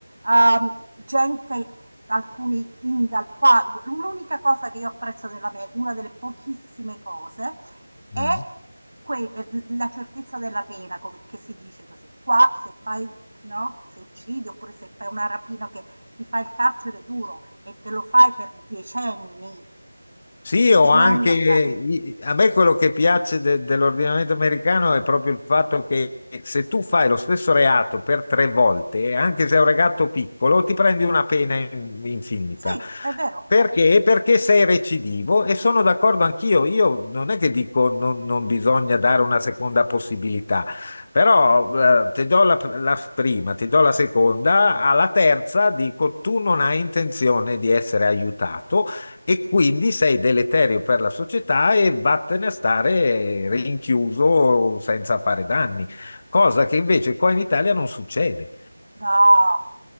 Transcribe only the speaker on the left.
Mm.
Sì, o
anche
i-
a me quello che piace de- dell'ordinamento americano è proprio il fatto che se tu fai lo stesso reato per tre volte, anche se è un reato piccolo, ti prendi una pena in- infinita.
Perché? Perché sei recidivo e sono d'accordo anch'io. Io non è che dico non, non bisogna dare una seconda possibilità, però eh, ti do la, la prima, ti do la seconda, alla terza dico tu non hai intenzione di essere aiutato e quindi sei deleterio per la società e vattene a stare rinchiuso senza fare danni, cosa che invece qua in Italia non succede.